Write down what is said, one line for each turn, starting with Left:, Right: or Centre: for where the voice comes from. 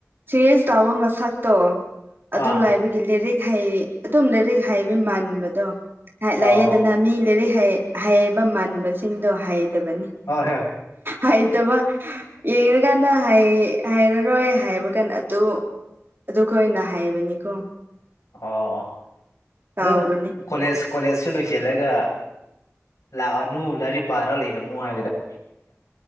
Right: ꯁꯤꯔꯤꯁ ꯇꯥꯕ ꯃꯁꯛꯇꯣ ꯑꯗꯨ
Left: ꯑꯥ
Right: ꯂꯥꯏꯕ ꯒꯤ ꯂꯥꯏꯔꯤꯛ ꯍꯩ ꯑꯗꯨꯝ ꯂꯥꯏꯔꯤꯛ ꯍꯩꯕ ꯃꯥꯟꯕꯗꯣ ꯍꯥꯏ ꯂꯥꯛꯌꯦꯗꯅ
Left: ꯑꯣ
Right: ꯃꯤ ꯂꯥꯏꯔꯤꯛ ꯍꯩ ꯍꯩꯕ ꯃꯥꯟꯕꯁꯤꯡꯗꯣ ꯍꯩꯇꯕꯅꯤ
Left: ꯍꯣꯏ ꯍꯣꯏ
Right: ꯍꯩꯇꯕ ꯌꯦꯡꯉꯀꯥꯟꯗ ꯍꯥꯏꯔꯔꯣꯏ ꯍꯥꯏꯕ ꯀꯥꯟ ꯑꯗꯨ ꯑꯗꯨꯈꯣꯏꯅ ꯍꯥꯏꯕꯅꯦꯀꯣ
Left: ꯑꯣ
Right: ꯇꯥꯎꯕꯅꯤ
Left: ꯑꯗꯨꯝ ꯀꯣꯂꯦꯖ ꯀꯣꯂꯦꯖꯁꯨ ꯂꯣꯏꯁꯤꯜꯂꯒ ꯂꯥꯛꯑꯅꯨ ꯂꯥꯏꯔꯤꯛ ꯄꯥꯔꯒ ꯂꯩꯔꯝꯃꯣ ꯍꯥꯏꯗꯨꯗ